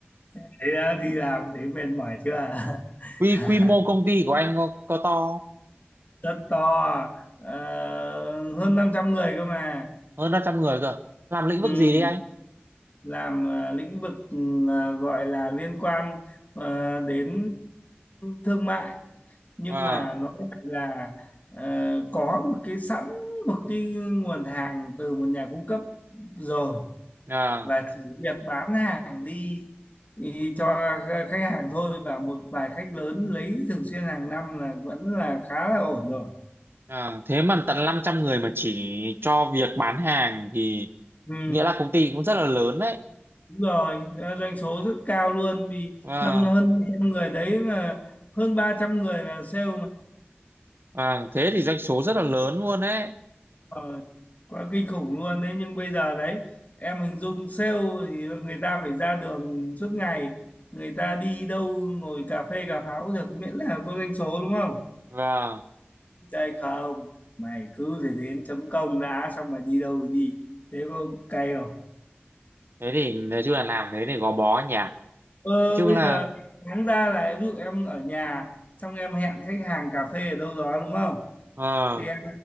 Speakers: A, on the left (about 40°); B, on the right (about 60°).
A: thế đó thì làm thấy mệt mỏi chưa
B: quy
A: <laughs>
B: quy mô công ty của anh có, có to
A: rất to ờ, hơn 500 người cơ mà
B: không hơn 500 người cơ làm lĩnh vực
A: ừ.
B: gì đấy anh
A: làm ờ, lĩnh vực ừ, ờ, gọi là liên quan ờ, đến thương mại nhưng
B: vâng
A: mà nó lại là ờ, có một cái sẵn một cái nguồn hàng từ một nhà cung cấp rồi
B: à,
A: và chỉ việc bán hàng đi, đi cho khách hàng thôi và một vài khách lớn lấy thường xuyên hàng năm là vẫn là khá là ổn rồi.
B: à, thế mà tận năm trăm người mà chỉ cho việc bán hàng thì
A: Ừ,
B: nghĩa là công ty cũng rất là lớn đấy
A: đúng rồi, Ờ, doanh số rất cao luôn vì
B: vâng
A: năm hơn 200 người đấy là hơn 300 người là sale
B: vâng thế thì doanh số rất là lớn luôn đấy
A: Ờ, quá kinh khủng luôn đấy nhưng bây giờ đấy em hình dung sale thì người ta phải ra đường suốt ngày người ta đi đâu ngồi cà phê cà pháo được miễn là có doanh số đúng không
B: vâng
A: đây không mày cứ phải đến chấm công đã xong mày đi đâu thì đi thế có cay không
B: thế thì nói chung là làm thế thì gò bó nhỉ nói
A: ờ
B: chung
A: bây
B: là
A: giờ đáng ra là ví dụ em ở nhà xong em hẹn khách hàng cà phê ở đâu đó đúng không
B: à,
A: thì em